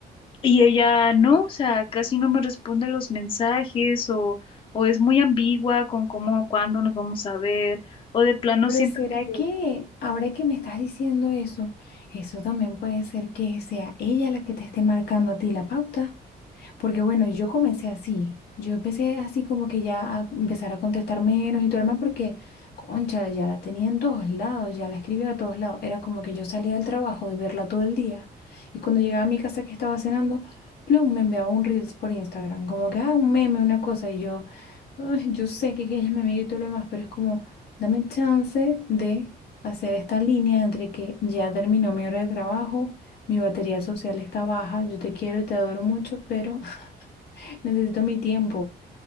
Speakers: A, on the left; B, on the left.
A: Y ella no, o sea, casi no me responde los mensajes o, o es muy ambigua con cómo, cuándo nos vamos a ver, o de plano
B: Pero
A: siento
B: ¿será
A: que
B: que ahora que me estás diciendo eso, eso también puede ser que sea ella la que te esté marcando a ti la pauta? Porque bueno, yo comencé así. Yo empecé así como que ya a empezar a contestar menos y todo lo demás porque, concha, ya la tenía en todos lados, ya la escribía a todos lados. Era como que yo salía del trabajo de verla todo el día. Y cuando llegaba a mi casa que estaba cenando, plum, me enviaba un Reels por Instagram. Como que, ah, un meme, una cosa. Y yo, "Ay, yo sé que que ella es mi amiga y todo lo demás, pero es como, dame chance de hacer esta línea entre que ya terminó mi hora de trabajo. Mi batería social está baja, yo te quiero y te adoro mucho, pero Necesito mi tiempo,